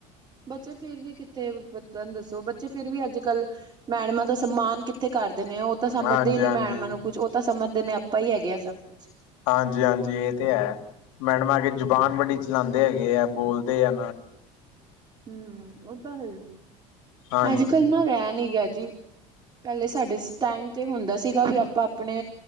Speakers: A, on the right (about 25°); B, on the left (about 85°).
A: ਬੱਚੇ ਫੇਰ ਵੀ ਕਿੱਥੇ ਤੁਹਾਨੂੰ ਦੱਸੋ ਬੱਚੇ ਫੇਰ ਵੀ ਅੱਜ ਕੱਲ ਮੈਡਮਾਂ ਦਾ ਸਨਮਾਨ ਕਿੱਥੇ ਕਰਦੇ ਨੇ ਉਹ ਤਾਂ ਸਮਝਦੇ
B: ਹਾਂਜੀ
A: ਹੀ ਨੀ
B: ਹਾਂਜੀ
A: ਮੈਡਮਾਂ ਨੂੰ ਕੁੱਝ ਤਾਂ ਸਮਝਦੇ ਨੇ ਆਪਾਂ ਹੀ ਹੈਗੇ ਹਾਂ ਸਭ ਕੁੱਛ
B: ਹਾਂਜੀ - ਹਾਂਜੀ। ਇਹ ਤੇ ਹੈ। ਮੈਡਮ ਆ ਕੇ ਜੁਬਾਨ ਵੜੀ ਚਲਾਉਂਦੇ ਹੈਗੇ ਆ ਬੋਲਦੇ ਆ
A: ਹਮ। ਉਹ ਤਾਂ ਹੈ
B: ਹਾਂਜੀ।
A: ਅੱਜ ਕੱਲ ਨਾ ਰਹਿ ਨੀ ਗਿਆ ਜੀ। ਪਹਿਲੇ ਸਾਡੇ ਟਾਈਮ ਤੇ ਹੁੰਦਾ ਸੀਗਾ ਵੀ ਆਪਾਂ ਆਪਣੇ